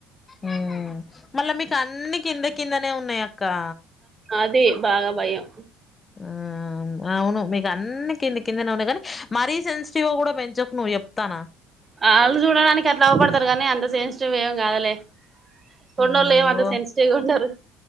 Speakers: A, on the left; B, on the right.
A: మ్ మళ్ళా మీకు అన్నీ కింద కిందనే ఉన్నాయి అక్కా
B: అదే బాగా భయం.
A: ఆ అవును మీకు అన్నీ కింది కిందనే ఉన్నా కానీ మరీ సెన్సిటివ్ గా కూడా పెంచకు నువ్వు చెప్తాన్నా.
B: వాళ్ళు చూడడానికి అట్లా అగుపడతారు కానీ అంత సెన్సిటివ్ ఏమి కాదలే. తొండొల్లు
A: ఉమ్
B: ఏమి అంత
A: ఓ
B: సెన్సిటివ్గా ఉండరు.